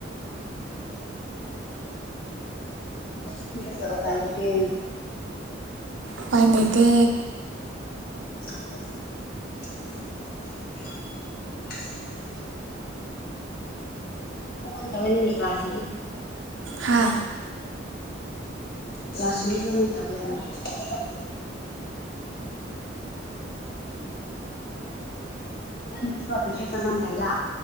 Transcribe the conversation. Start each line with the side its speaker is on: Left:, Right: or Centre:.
Left: <unintelligible> ꯎꯄꯥꯏ ꯂꯩꯇꯦ
Right: ꯏꯄꯥꯏ ꯂꯩꯇꯦ
Left: <inaudible> ꯀꯥꯃꯥꯏꯟ ꯇꯧꯏ ꯅꯪꯒꯤ ꯀ꯭ꯂꯥꯁꯁꯦ
Right: ꯍꯥ
Left: ꯀꯂ꯭ꯥꯁ <unintelligible> ꯇꯧꯋꯦ ꯅꯪꯒꯤꯀꯣ ꯄꯩꯁꯥ ꯆꯪꯂꯝꯗꯥꯏꯗ